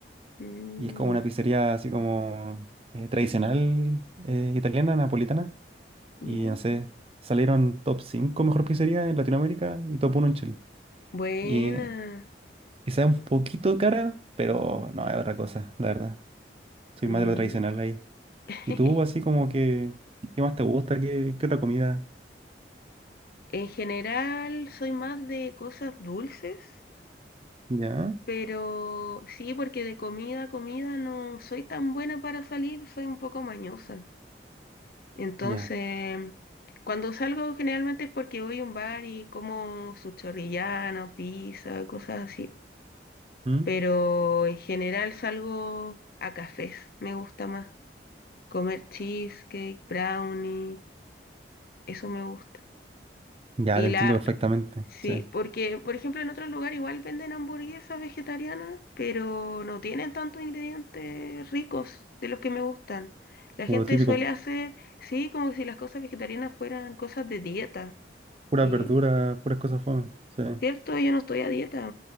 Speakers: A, on the left; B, on the right.
A: Mm,
B: Y es como una pizzería así como eh, tradicional eh, italiana, napolitana
A: ya.
B: Y no sé, salieron top 5 mejor pizzería en Latinoamérica y top uno en Chile.
A: Buena.
B: Y eh, quizá un poquito cara, pero no, es otra cosa, la verdad. Soy
A: Mm.
B: más de lo tradicional ahí.
A: <laughs>
B: ¿Y tú, así como que, qué más te gusta? ¿Qué, qué otra comida?
A: En general, soy más de cosas dulces,
B: Ya,
A: pero sí, porque de comida a comida no soy tan buena para salir, soy un poco mañosa. Entonces,
B: ya.
A: cuando salgo generalmente es porque voy a un bar y como su chorrillano, pizza, cosas así.
B: ¿Mm?
A: Pero en general salgo a cafés, me gusta más. Comer cheesecake, brownie, eso me gusta.
B: Ya,
A: Y
B: te entiendo
A: la,
B: perfectamente.
A: sí,
B: Sí.
A: porque por ejemplo en otros lugares igual venden hamburguesas vegetarianas, pero no tienen tantos ingredientes ricos de los que me gustan. La
B: Como
A: gente
B: lo típico,
A: suele hacer, sí, como si las cosas vegetarianas fueran cosas de dieta.
B: puras
A: Y
B: verduras, puras cosas fome. Sí.
A: cierto, yo no estoy a dieta,